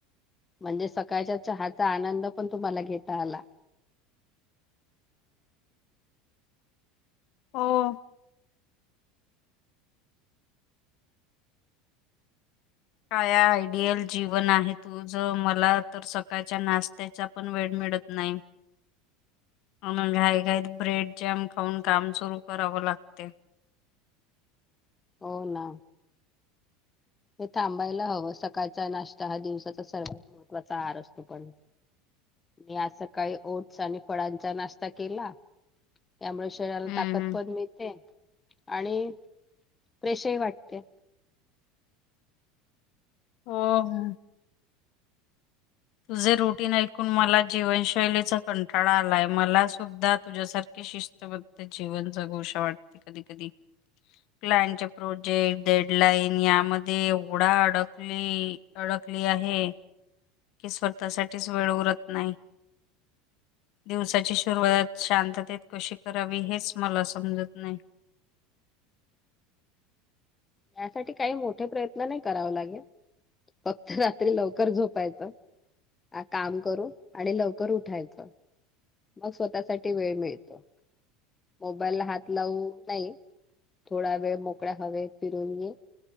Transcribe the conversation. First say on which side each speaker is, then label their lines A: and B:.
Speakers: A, on the left (about 20°); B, on the left (about 60°).
A: म्हणजे, सकाळच्या चहाचा आनंद पण तुम्हाला घेता आला.
B: हो! काया आयडियल जीवन आहे. तुझ मला तर सकाळच्या नाष्टयांच्या पण वेळ मिळत नाही. मग, घाईघाईत ब्रेड जॅम खाऊन काम सुरु करावं लागत.
A: हो हो. हे थांबायला हवं, सकाळचा नाष्टा हा दिवसाचा सर्वात महत्त्वाचा आहार असतो. पण! मी आज सकाळी ओट्स आणि फळंचा नाष्टा केला. त्यामुळे, शरीराला
B: हम्म
A: ताकद पण मिळते. आणि! फ्रेशही वाटते
B: हो. तुझे रुटीन ऐकून मला जीवनशैलीचा कंटाळा आलाय मला सुद्धा तुझ्यासारखी. शिस्तबद्ध जीवन जगुस वाटत कधी कधी. क्लाएंट प्रोजेक्ट डेडलाईन यामध्ये एवढा अडकली? अडकली आहे.? स्वतःसाठीच वेळ उरत नाही. दिवसाची सुरुवात शांततेत कशी करावी हेच मला समजत नाही.
A: यासाठी काही मोठे प्रयत्न नाही. कराव नहीं लागत. फक्त रात्री लवकर झोपायचं. ह काम करू आणि लवकर उठायचं <unintelligible> मग स्वतःसाठी वेळ दे, मोबाईल हात लावू नाही. थोडा वेळ मोकळ्या मद्दे हवेत फिरून येे,?